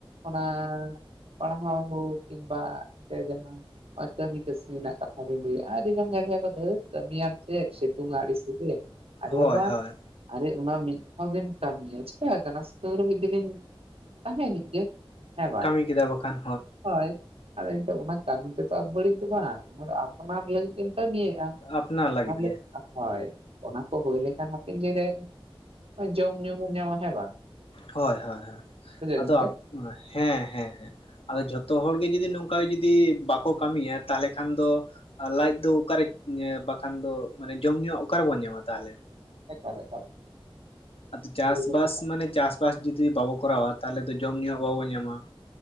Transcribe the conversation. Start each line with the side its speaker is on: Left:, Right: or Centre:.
Right: ᱚᱱᱟ ᱯᱟᱲᱦᱟᱣ ᱦᱳ ᱠᱤᱢᱵᱟ ᱛᱮ ᱡᱟᱦᱟᱸ ᱱᱚᱜ ᱠᱟᱹᱢᱤ ᱠᱟᱹᱥᱱᱤ ᱨᱮᱱᱟᱜ ᱠᱟᱛᱷᱟ ᱵᱤᱱ ᱞᱟᱭ-ᱮᱫᱼᱟ ᱟᱹᱰᱤ ᱜᱟᱱ ᱞᱟᱭ ᱟᱠᱚ ᱫᱷᱮᱸᱴ ᱠᱟᱹᱢᱤᱭᱟᱢ ᱪᱮᱫ ᱥᱤᱛᱩᱝ ᱟᱲᱤᱥᱜᱮ ᱟᱨᱮ
Left: ᱦᱳᱭ
Right: ᱵᱟᱵᱟ
Left: ᱦᱳᱭ
Right: ᱟᱨᱮ ᱚᱱᱟ ᱢᱤᱫ ᱫᱷᱟᱣ ᱜᱮᱢ ᱠᱟᱹᱢᱤᱭᱟ ᱪᱤᱠᱟᱹ ᱟᱠᱟᱱᱟ ᱛᱟᱣᱨᱮᱦᱚ ᱢᱤᱫ ᱫᱤᱱ ᱛᱟᱦᱮᱱᱤᱡ ᱜᱮ ᱦᱮᱸ ᱵᱟᱝ
Left: ᱠᱟᱹᱢᱤ ᱠᱮᱫᱟ ᱵᱟᱠᱷᱟᱱ
Right: ᱦᱳᱭ ᱟᱨ ᱮᱱᱛᱮ ᱚᱱᱟ ᱠᱟᱹᱢᱤ ᱛᱮᱫᱚ ᱵᱟᱹᱲᱤᱡ ᱫᱚ ᱵᱟᱝ ᱚᱱᱟ ᱫᱚ ᱟᱯᱱᱟᱨ ᱱᱤᱣᱹᱜᱤᱢ ᱠᱟᱹᱢᱤᱭᱮᱫᱼᱟ
Left: ᱟᱯᱱᱟᱨ ᱞᱟᱹᱜᱤᱫ
Right: <unintelligible>
Left: ᱜᱮ
Right: ᱦᱳᱭ ᱚᱱᱟ ᱠᱚ ᱦᱩᱭ ᱞᱮᱠᱷᱟᱱ ᱦᱟᱯᱮᱱ ᱫᱤᱱᱨᱮ ᱡᱚᱢ ᱧᱩ ᱧᱟᱢᱟ ᱦᱮᱸ ᱵᱟᱝ
Left: ᱦᱳᱭ ᱦᱳᱭ ᱦᱳᱭ
Right: ᱵᱩᱡᱷᱟᱹᱣ
Left: ᱟᱫᱚ
Right: ᱜᱚᱢᱠᱮ
Left: ᱦᱮᱸ ᱦᱮᱸ ᱦᱮᱸ ᱟᱫᱚ ᱡᱚᱛᱚ ᱦᱚᱲᱜᱮ ᱡᱩᱫᱤ ᱱᱚᱝᱠᱟ ᱡᱩᱫᱤ ᱵᱟᱠᱚ ᱠᱟᱹᱢᱤᱭᱟ ᱛᱟᱦᱚᱞᱮ ᱠᱷᱟᱱ ᱫᱚ ᱟᱨ ᱞᱟᱡᱽ ᱫᱚ ᱚᱠᱟᱨᱮ ᱵᱟᱠᱷᱟᱱ ᱫᱚ ᱢᱟᱱᱮ ᱡᱚᱢ ᱧᱩ ᱚᱠᱟᱨᱮᱵᱚᱱ ᱧᱟᱢᱟ ᱛᱟᱦᱚᱞᱮ
Right: ᱮᱠᱟᱞ ᱮᱠᱟᱞ
Left: ᱟᱫᱚ ᱪᱟᱥᱵᱟᱥ
Right: ᱥᱟᱹᱨᱤ ᱠᱟᱛᱷᱟ
Left: ᱢᱟᱱᱮ ᱪᱟᱥᱵᱟᱥ ᱡᱩᱫᱤ ᱵᱟᱵᱚ ᱠᱚᱨᱟᱣ-ᱟ ᱛᱟᱦᱚᱞᱮ ᱫᱚ ᱡᱚᱢ ᱧᱩ ᱵᱟᱵᱚ ᱧᱟᱢᱟ ᱾